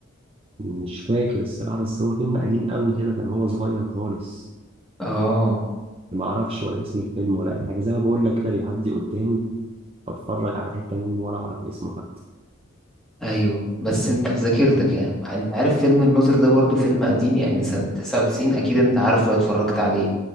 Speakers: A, on the right; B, in the centre.
A: مش فاكر الصراحه بس هو فيلم قديم قوي كده كان هو صغير خالص
B: اه
A: ما اعرفش ولا اسم الفيلم ولا اي حاجه زي ما بقول لك كده بيعدي قدامي بتفرج على حته منه ولا اعرف اسمه حتى
B: ايوه بس انت في ذاكرتك يعني انت عارف فيلم الناظر ده برضو فيلم قديم يعني من سنة 99 اكيد انت عارفه اتفرجت عليه